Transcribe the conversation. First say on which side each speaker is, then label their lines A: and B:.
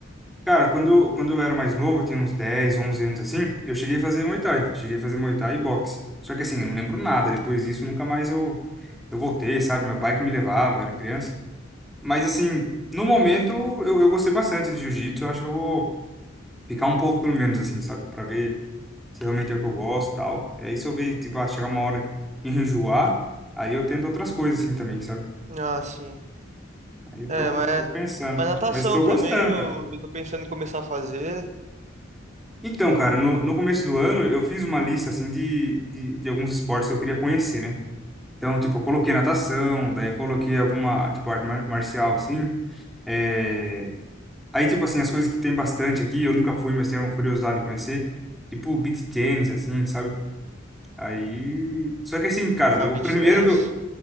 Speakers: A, in the centre; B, on the right (about 35°).
A: Cara, quando, quando eu era mais novo, eu tinha uns 10 11 anos assim, eu cheguei a fazer Muay Thai. Cheguei a fazer Muay Thai e boxe. Só que assim, eu não lembro nada. Depois disso, nunca mais eu, eu voltei, sabe? Meu pai que me levava, eu era criança. Mas assim, no momento, eu, eu gostei bastante de jiu-jitsu. Eu Acho que eu vou ficar um pouco, pelo menos, assim, sabe? Pra ver. se realmente é o que eu gosto e tal. E aí se eu ver, tipo, ah, chegar uma hora que <laughs> enjoar, aí eu tento outras coisas assim também, sabe?
B: Ah, sim.
A: Aí eu
B: É,
A: tô,
B: mas, é,
A: tô pensando.
B: mas natação
A: Mas tô
B: também,
A: gostando,
B: eu,
A: cara.
B: eu tô pensando em começar a fazer.
A: Então,
B: É.
A: cara, no, no começo do ano eu fiz uma lista assim de, de, de alguns esportes que eu queria conhecer, né? Então, tipo, eu coloquei natação, daí eu coloquei alguma, tipo, arte mar- marcial, assim. É... Aí, tipo assim, as coisas que tem bastante aqui, eu nunca fui, mas tenho curiosidade de conhecer. Tipo, beach tennis, assim, sabe? Aí... Só que assim, cara,
B: Ah, beach
A: o primeiro
B: tennis?
A: que eu...